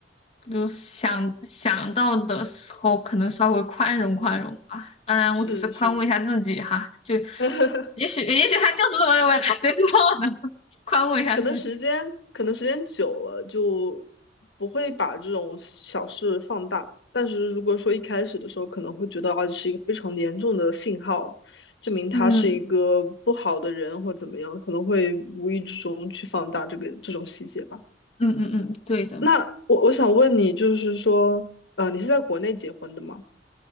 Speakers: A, on the left; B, on the left.
A: 就是想想到的时候，可能稍微宽容宽容吧。当然，
B: 是是，
A: 我只是宽慰一下自己哈，就
B: <laughs>
A: 也许也许他就是这么认为的，谁知道呢？<laughs> 宽慰一下自己。
B: 可能时间可能时间久了就不会把这种小事放大，但是如果说一开始的时候可能会觉得啊，这是一个非常严重的信号，证明他是一个不好的人或怎么样，
A: 嗯
B: 可能会无意之中去放大这个这种细节吧。
A: 嗯嗯嗯，对的，
B: 那我我想问你，就是说，呃，你是在国内结婚的吗？